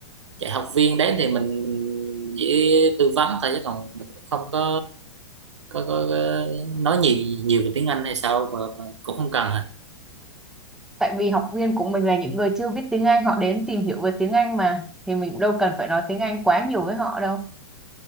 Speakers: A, on the right; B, in the centre.
A: dạy học viên đấy thì mình, mình chỉ tư vấn thôi chứ còn mình cũng không có có, có, có nói nhiều nhiều về tiếng Anh hay sao mà, mà cũng không cần hả
B: tại vì học viên của mình là những người chưa biết tiếng Anh họ đến tìm hiểu về tiếng Anh mà thì mình cũng đâu cần phải nói tiếng Anh quá nhiều với họ đâu